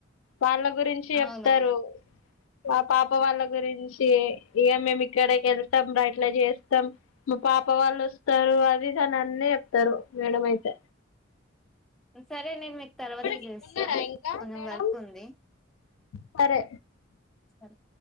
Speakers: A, on the left (about 85°); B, in the centre.
A: వాళ్ళ గురించి చెప్తారు
B: అవునవును.
A: మా పాప వాళ్ళ గురించి ఇగ మేము ఇక్కడకి వెళ్తాంర ఇట్ల చేస్తాం మా పాప వాళ్ళు వస్తారు అది ఇది అన్ని చెప్తారు మేడం అయితే
B: సరే నేను మీకు తర్వాతకి
A: ఇప్పటికి
B: చేస్తా
A: ఉన్నారా ఇంకా
B: కొంచెం
A: మేడం
B: వర్క్ ఉంది
A: సరే
B: సరే